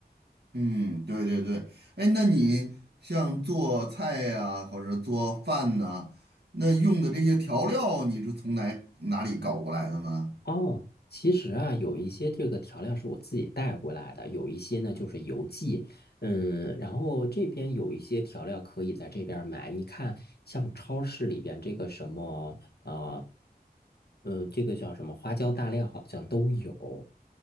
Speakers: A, on the right; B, on the left.
A: 嗯，对对对，哎，那你像做菜呀、或者做饭呐、那用的这些调料，你是从哪哪里搞过来的呢？
B: 哦，其实啊，有一些这个调料是我自己带过来的，有一些呢就是邮寄，嗯，然后这边有一些调料可以在这边儿买。你看，像超市里边这个什么，呃，呃，这个叫什么花椒大料好像都有，